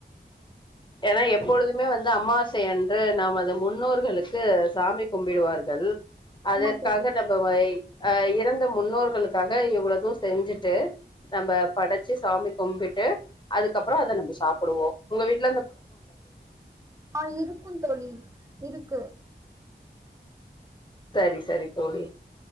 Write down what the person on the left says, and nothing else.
ஏன்னா எப்பொழுதுமே வந்து அம்மாசை அன்று நாம் அது முன்னோர்களுக்கு சாமி கும்பிடுவார்கள் அதற்காக
நம்ம வை அஹ இறந்த முன்னோர்களுக்காக இவ்வளோது செஞ்சுட்டு நம்ம படைச்சு சாமி கும்பிட்டு அதுக்கப்பற அதை நம்ம சாப்டுவோ உங்க வீட்டுல
சரி சரி தோழி